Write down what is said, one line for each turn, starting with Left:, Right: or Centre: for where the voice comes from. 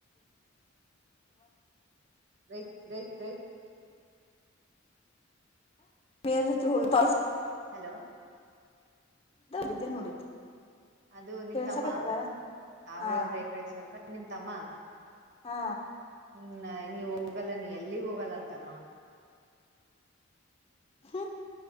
Right: ರೇ ರೇ ರೇ
Left: ಬೇರ ಜೊತೆ ಹೋಗ ಜೋಗ
Right: ಹಲೋ ಹಲೋ
Left: ಬಿದ್ದೆ ನೋಡಿದ್ದು
Right: ಅದು ನಿಮ್
Left: ಕೆಳ್ಸಕತ್ತದ
Right: ತಮ್ಮ ಆವೇಗ
Left: ಹಾ
Right: ಬ್ರೇಕ್ ಆಯ್ತು ಸ್ವಲ್ಪ ನಿಮ್ ತಮ್ಮ
Left: ಹಾ
Right: ಹ್ಮ್ ನೀವ ಹೋಗಲ್ಲ ನೀ ಎಲ್ಲಿಗ್ ಹೋಗಲ್ಲ ಅಂತ ನವನ್
Left: ಹ್ಮ